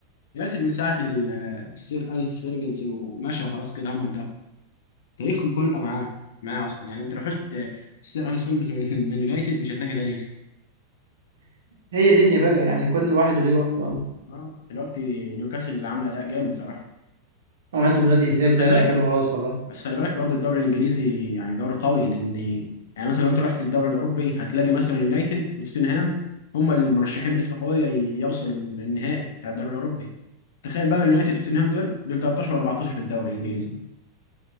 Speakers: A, on the left; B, on the right.
A: دلوقتي من ساعة ال- السير أليس فيرجنسون ومشى وخلاص كده هم انتهوا تاريخهم كله معاه معاه أصلا يعني أنت لو حشت السير أليس فيرجنسون من من يونايتد مش هتلاقي تاريخ
B: هي دنيا بقى يعني كل واحد وليه وقت والله
A: اه دلوقتي نيوكاسل اللي عاملة أداء جامد صراحة
B: آه، عنده ولاد إيزاك
A: بس
B: ده
A: خلي بالك
B: حلو خالص والله
A: بس خلي بالك برضو الدوري الإنجليزي يعني دوري قوي لأن يعني مثلا لو أنت رحت للدوري الأوروبي هتلاقي مثلا اليونايتد وتوتنهام هم المرشحين بنسبة قوية يوصلوا للنهائي بتاع الدوري الأوروبي تخيل بقى اليونايتد وتوتنهام دول دول 13 و14 في الدوري الإنجليزي